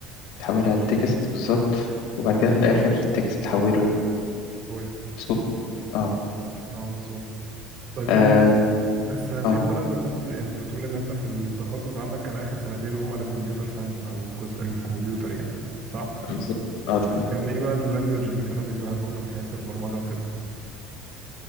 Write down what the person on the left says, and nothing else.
تحولها لتكست بالظبط وبعد كده في الآخر تكست تحوله
لصوت اه
اه
اه
بالظبط اه تمام